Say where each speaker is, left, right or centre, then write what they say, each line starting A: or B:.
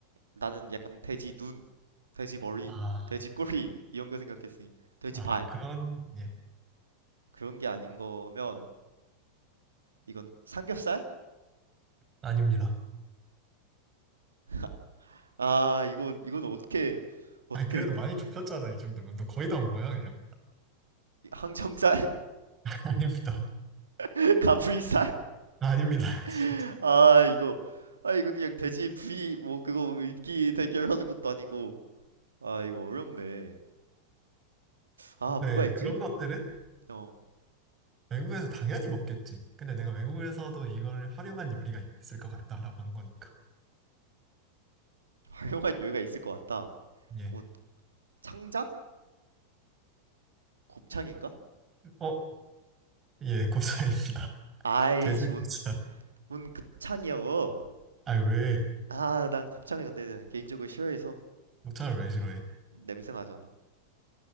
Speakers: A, on the right; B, on the right.
A: 나는 약간 돼지 눈, 돼지 머리,
B: 아,
A: 돼지 꼬리 이런 거 생각했으니 돼지
B: 아
A: 발
B: 그런 예,
A: 그런 게 아닌 거면 이건 삼겹살?
B: 아닙니다.
A: <laughs> 아 이건 이건 어떻게 어떻게
B: 아니 그래도
A: 그
B: 많이 좁혔잖아 이 정도면 너 거의 다 온 거야 그냥.
A: 항정살?
B: 아닙니다.
A: <laughs> 가브리살?
B: <laughs> 아닙니다. <laughs>
A: <laughs>
B: 진짜.
A: 아 이거 아 이거 그냥 돼지 부위 뭐 그거 입기 대결하는 것도 아니고 아 이거 어렵네 아
B: 네,
A: 뭐가 있지?
B: 그런 것들은
A: 어
B: 외국에서 당연히 먹겠지. 근데 내가 외국에서도 이걸 활용한 요리가 있을 것 같다라고 한 거니까.
A: 활용한 요리가 있을 것 같다
B: 예.
A: 뭐 창자? 곱창인가?
B: 어, 어, 예, 고사입니다. <laughs>
A: 아이씨
B: 돼지 고사.
A: 뭔, 뭔 급창이여
B: 아, 왜?
A: 아 난 곱창이 근데 개인적으로 싫어해서
B: 곱창을 왜 싫어해?
A: 냄새 나잖아